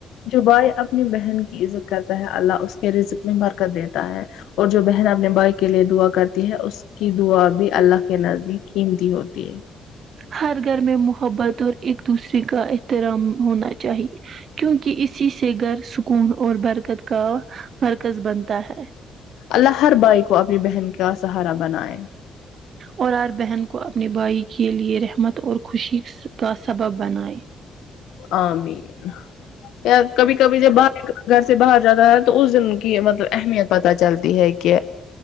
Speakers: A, on the left (about 80°); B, on the right (about 55°).
A: جو بائے اپنی بہن کی عزت کرتا ہے اللہ اس کے رزق میں برکت دیتا ہے اور جو بہن اپنے بھائی کے لیے دعا کرتی ہے اس کی دعا بھی اللہ کے نزدیک قیمتی ہوتی ہے
B: ہر گھر میں محبت اور ایک دوسرے کا احترام ہونا چاہیے کیونکہ اسی سے گھر سکون اور برکت کا مرکز بنتا ہے
A: اللہ ہر بھائی کو اپنی بہن کا سہارا بنائے
B: اور ہر بہن کو اپنے بھائی کے لیے رحمت اور خوشی کا سبب بنائے
A: امین کبھی کبھی جب بھر گھر سے باہر جاتا ہے تو اس دن کی مطلب اہمیت پتہ چلتی ہے کہ